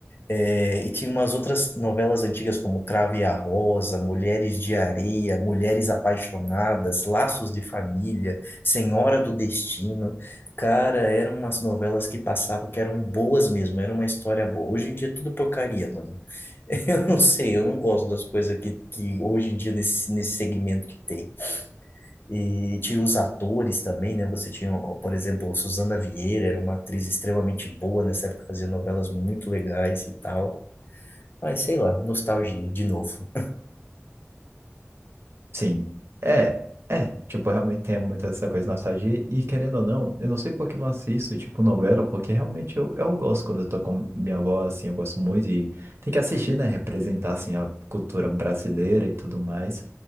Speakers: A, on the left; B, on the right.
A: É, e tinha umas outras novelas antigas como Cravo e a Rosa, Mulheres de Areia, Mulheres Apaixonadas, Laços de Família, Senhora do Destino. Cara, eram umas novelas que passavam que eram boas mesmo, era uma história boa. Hoje em dia é tudo porcaria, mano. <laughs> Eu não sei, eu não gosto das coisas que, que hoje em dia nesse, nesse segmento que tem. E tinha os atores também, né? Você tinha, ó, por exemplo, Suzana Vieira, era uma atriz extremamente boa nessa época, fazia novelas muito legais e tal. Ai, sei lá, nostalgia, de novo.
B: Sim. É, é. Tipo, realmente tem muita essa coisa de nostalgia. E querendo ou não, eu não sei por que eu não assisto, tipo, novela, porque realmente eu, eu gosto quando eu tô com minha avó, assim, eu gosto muito e tem que assistir, né? Representar, assim, a cultura brasileira e tudo mais.